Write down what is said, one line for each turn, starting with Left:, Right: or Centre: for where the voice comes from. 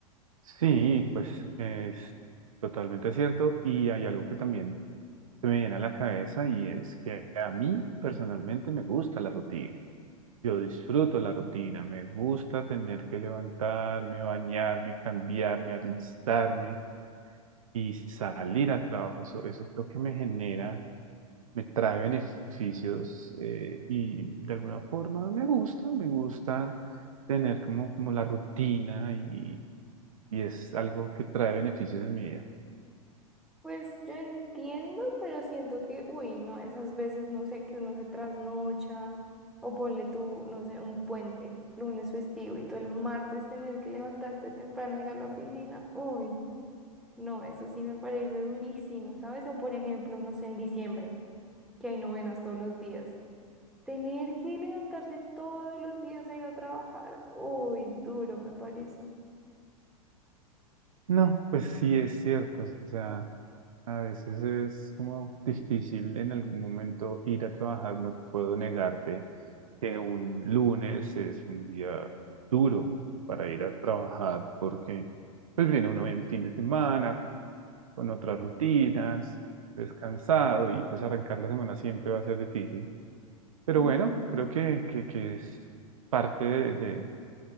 Right: Sí, pues es totalmente cierto. Y hay algo que también se me viene a la cabeza y es que a mí personalmente me gusta la rutina. Yo disfruto la rutina, me gusta tener que levantarme, bañarme, cambiarme, arristarme y salir al trabajo. Eso, eso creo que me genera, me trae beneficios eh, y de alguna forma me gusta, me gusta tener como, como la rutina y, y es algo que trae beneficios en mi vida.
Centre: Pues yo entiendo, pero siento que, uy, no, esas veces, no sé, que uno se trasnocha o ponle tú, no sé, un puente, lunes festivo y tú el martes tener que levantarte temprano, ir a la oficina, uy, no, eso sí me parece durísimo, ¿sabes? O por ejemplo, no sé, en diciembre. que hay novenas todos los días. Tener que levantarse todos los días a ir a trabajar, uy, duro me parece.
Right: No, pues sí es cierto, o sea. A veces es como difícil en algún momento ir a trabajar, no puedo negarte que un lunes es un día duro para ir a trabajar porque pues viene uno el fin de semana con otras rutinas, descansado y pues arrancar la semana siempre va a ser difícil. Pero
Centre: Mm,
Right: bueno, creo que, que, que es parte de, de,